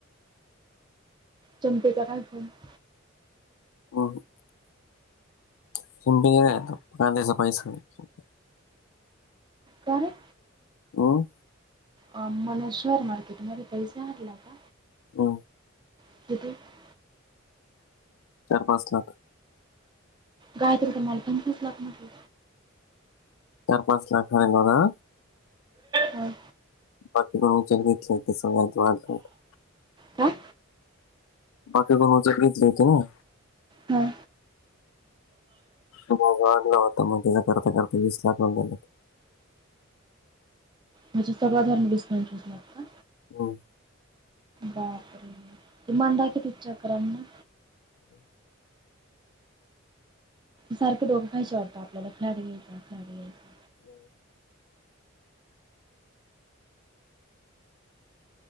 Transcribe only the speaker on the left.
हं, हं. <unintelligible> कांद्याचा पैसा -
अं.
अ.
चार, पाच लाख.
चार, पाच लाख आहे बघा.
बाकी द विचार घेतले सगळ आत वाात <unintelligible>
बाकी कोणाच घेतल होती नाही.
होता मग त्याचा करता, करता वीस लाख <unintelligible>
हं.
<inaudible>
<inaudible>